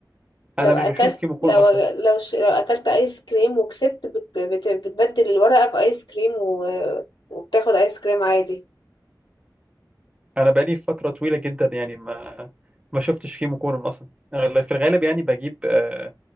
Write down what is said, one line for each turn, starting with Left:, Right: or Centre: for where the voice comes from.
Left: لو
Right: انا مش
Left: اكلت
Right: بشوف كيمو كونو
Left: لو
Right: اصلا
Left: لو ش... لو اكلت ايس كريم وكسبت بت... بت... بتبدل الورقة بايس كريم و... وبتاخد ايس كريم عادي
Right: انا بقالي فتره طويله جدا يعني ما ما شفتش كيمو كونو اصلا في الغالب يعني بجيب آه،